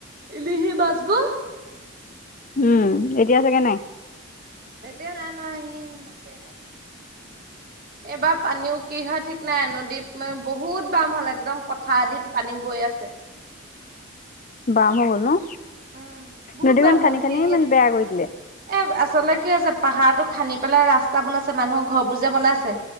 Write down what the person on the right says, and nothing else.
ইলিহি মাছ বোৰ।
এতিয়া নাই নাই এই মাছেই নাই এইবাৰ পানীও কি হয় ঠিক নাই? নদী মান বহুত বাম হ'ল একদম পথাৰদি পানী বৈ আছে।
উম বহুত
বাম
হ'ল
সে সিহটো
চাইদে
এ আ আচলতে কি আছে পাহাৰতো খান্দি পেলাই ৰাস্তা বনাইছে মানুহৰ ঘৰবোৰ জে বনাইছে